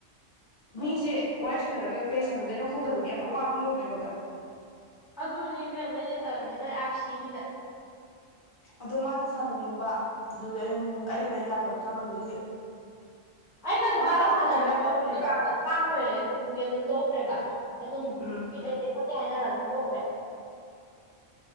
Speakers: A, on the left (about 50°); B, in the centre.
A: ꯃꯤꯖꯦ
B: ꯎꯝ
A: <unintelligible> ꯁꯅꯗꯩ ꯈꯥꯪꯗꯕꯒꯤ ꯌꯥꯝ ꯑꯋꯥꯕ ꯑꯃ ꯑꯣꯏꯕ ꯑꯩꯉꯣꯟꯗ
B: ꯑꯗꯨꯅꯦ ꯏꯕꯦꯝ ꯃ ꯑꯩꯅ ꯇꯧꯔꯤꯁꯦ ꯅꯣꯏ ꯑꯥꯔꯁꯤꯒꯤꯗ
A: ꯑꯗꯣ ꯃꯥꯁꯨꯦ ꯁꯥꯟꯅꯅꯤꯡꯕ ꯑꯗꯨꯗ ꯑꯩ ꯑꯩꯒꯤꯅ ꯌꯥꯗꯕ ꯀꯥꯥꯟ ꯑꯣꯏꯕꯒꯤ
B: ꯑꯩꯅꯁꯨ
A: ꯃꯥꯁꯨ
B: ꯃꯥꯒ
A: ꯑꯉꯥꯡ
B: ꯁꯥꯟꯅꯔꯁꯦ
A: ꯀꯣꯆꯤꯡ ꯌꯥꯝ ꯇꯧꯕꯅꯦꯕ
B: ꯑꯗꯨꯒ ꯌꯥꯗꯕ ꯀꯥꯟꯅ ꯑꯣꯏꯔꯦ ꯑꯗꯨꯗꯨꯗꯤ ꯑꯗꯨꯝ ꯇꯣꯛꯈ꯭ꯔꯦꯕ ꯑꯗꯨꯝ
A: ꯎꯝ
B: ꯂꯩꯇ ꯍꯥꯏꯅꯔ ꯑꯗꯨꯝ ꯇꯣꯛꯈ꯭ꯔꯦ